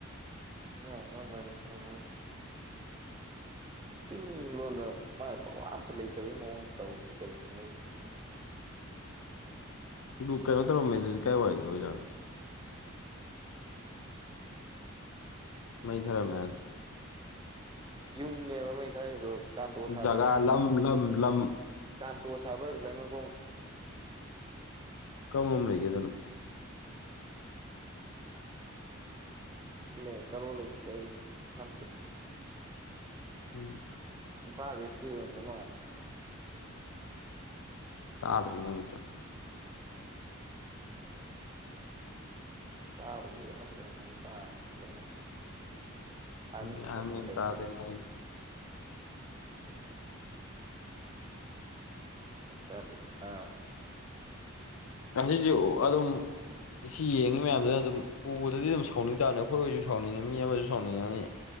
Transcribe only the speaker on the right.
<unintelligible> ꯆꯤꯡ ꯂꯣꯟꯗ ꯃꯥꯏ ꯄꯋꯥꯔ ꯑꯝꯇ ꯂꯩꯇꯕꯒꯤ ꯃꯑꯣꯡ ꯇꯧꯔꯤꯁꯦ ꯀꯩꯒꯤꯅꯣꯗꯅ ꯑꯩꯅ ꯈꯪꯅꯤꯡ
ꯀꯩꯅꯣ
ꯌꯨꯨꯝꯅꯦꯕ ꯃꯩ ꯊꯥꯏꯗꯦ ꯀꯥꯟꯇꯦ
ꯁꯥꯕꯟ ꯍꯥꯢꯁꯦ
ꯀꯥꯟꯇꯣ ꯁꯥꯕꯟ ꯂꯩꯥꯃꯈꯣꯡ
ꯑꯗꯨꯅꯦ ꯀꯔꯣꯝ ꯂꯩ ꯀꯩ ꯈꯪꯗꯦ
ꯏꯝꯐꯥꯜ ꯏꯁꯇꯤ ꯑꯣꯏꯔꯝꯗꯎ ꯃꯥꯜꯂꯦ
ꯇꯥꯕꯗꯤ ꯍꯟꯖꯤꯟ ꯍꯟꯖꯤꯟ ꯇꯥꯔꯦ ꯂꯩꯃꯈꯣꯡ ꯑꯥꯔꯃꯤ
ꯒꯦꯝꯗ
ꯂꯩꯅ
ꯒ꯭ꯌꯥꯟ ꯇꯥꯗꯦꯗ ꯅꯥꯕ